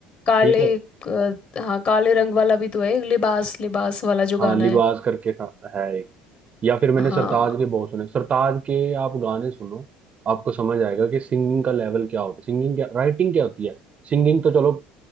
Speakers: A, on the left; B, on the right.
A: काले
B: ठीक है
A: अ, हाँ काले रंग वाला भी तो है लिबास लिबास वाला
B: हाँ
A: जो गाना
B: लिबास
A: है
B: करके था है एक या फिर मैंने
A: हाँ
B: सरताज के बहुत सुने सरताज के आप गाने सुनो आपको समझ आएगा कि सिंगिंग का लेवल क्या होता है सिंगिंग क्या राइटिंग क्या होती है सिंगिंग तो चलो